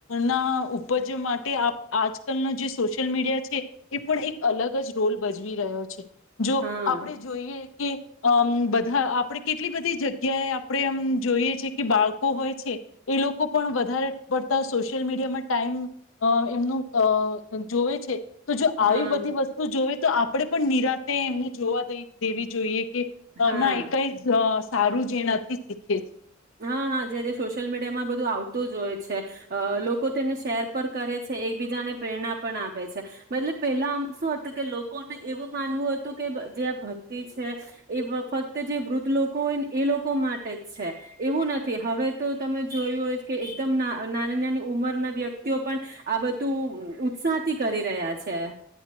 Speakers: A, on the left; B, on the right.
A: ના ઉપજે માટે આપ આજકાલનો જે સોશિયલ મીડિયા છે, એ પણ એક અલગ જ રોલ ભજવી રહ્યો છે. જો
B: હા
A: આપણે જોઈએ કે અમ્મ બધા આપડે કેટલી બધી જગ્યાએ આપણે અમ્મ જોઈએ છે કે બાળકો હોય છે એ લોકો પણ વધારે પડતા સોશિયલ મીડિયામાં ટાઈમ અહ એમનું અહ જોવે છે. તો જો આવી
B: હા
A: બધી વસ્તુ જોવે તો આપણેે પણ નિરાતે એમને જોવા દેવ-દેવી જોઈએ કે
B: હા.
A: અહ ના કઈજ અહ સારું જ એનાથી શીખે છે
B: હા-હા જે-જે સોશિયલ મીડિયામાં બધું આવતું જ હોય છે. અહ લોકો તેને શેર પણ કરે છે. એકબીજાને પ્રેરણા પણ આપે છે. મતલબ પહેલા આમ શું હતું કે લોકોને એવું માનવું હતું કે જે આ ભક્તિ છે એ ફક્ત જે વૃદ્ધ લોકો હોય ને એ લોક કો માટે જ છે. એવું નથી હવે તો તમે જોયું હોયજ કે એકદમ ના-નાની-નાની ઉંમરના વ્યક્તિઓ પણ આ બધું ઉત્સાહથી કરી રહ્યા છે.